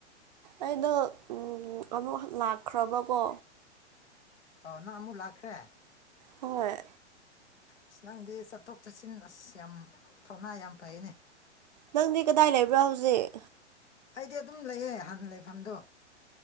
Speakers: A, on the right (about 40°); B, on the left (about 70°).
A: ꯑꯩꯗꯣ ꯎꯝ ꯑꯃꯨꯛ ꯍꯟ ꯂꯥꯛꯈ꯭ꯔꯕꯀꯣ꯫
B: ꯑꯣ ꯅꯪ ꯑꯃꯨꯛ ꯂꯥꯛꯈ꯭ꯔꯦ꯫
A: ꯍꯣꯏ
B: ꯑꯁ ꯅꯪꯗꯤ ꯆꯠꯊꯣꯛ ꯆꯠꯁꯤꯟ ꯑꯁ ꯌꯝ ꯊꯧꯅꯥ ꯌꯝ ꯐꯩꯌꯦꯅꯦ꯫
A: ꯅꯪꯗꯤ ꯀꯗꯥꯏ ꯂꯩꯕ꯭ꯔꯥ ꯍꯧꯖꯤꯛ꯫
B: ꯑꯩꯗꯤ ꯑꯗꯨꯝ ꯂꯩꯌꯦ ꯍꯥꯟꯅ ꯂꯩꯐꯝꯗꯣ꯫